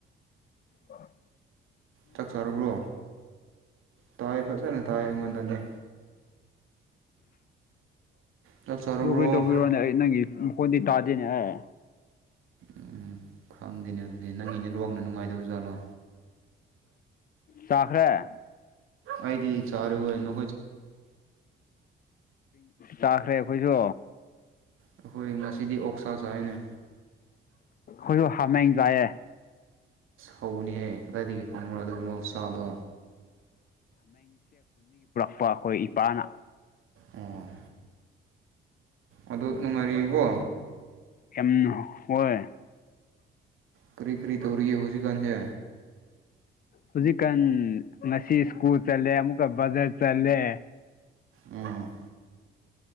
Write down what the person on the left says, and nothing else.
ꯑ
ꯑꯗꯨ ꯀꯩꯅ ꯇꯧꯕꯤꯔꯣꯅꯦ ꯑꯩ ꯅꯪꯒꯤ ꯃꯈꯣꯟꯗꯤ ꯇꯥꯗꯦꯅꯦ ꯑꯦ
ꯁꯥꯈꯔꯦ
ꯆꯥꯈ꯭ꯔꯦ ꯑꯩꯈꯣꯏꯁꯨ
ꯍꯣꯏꯁꯨ ꯍꯥꯃꯦꯡꯖꯥꯏꯌꯦꯦ
ꯏꯄꯥ ꯑꯩꯈꯣꯏ ꯏꯄꯥꯅ
ꯀꯦꯝ ꯍꯣꯏ
ꯍꯧꯖꯤꯛꯀꯥꯟ ꯉꯁꯤ ꯁ꯭ꯀꯨꯜ ꯆꯠꯂꯦ ꯑꯃꯨꯛꯀ ꯕꯖꯥꯔ ꯆꯠꯂꯦ